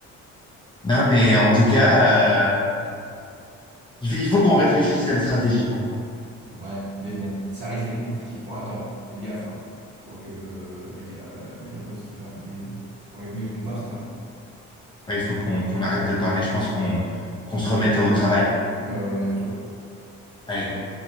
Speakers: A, on the left; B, on the right.
A: Non, mais en tout cas, euh, il faut il faut qu'on réfléchisse à une stratégie pour moi.
B: Ouais, mais bon, ça risque d'être compliqué. Oh, attends, fais gaffe, hein. Je crois que euh, là, il y a, il y a le boss qui va arriver. hein. Faudrait mieux qu'on parte, hein.
A: Ouais, il faut qu'on qu'on arrête de parler. Je pense qu'on qu'on se remette au travail.
B: Ouais, ouais, on y retourne.
A: Allez, go.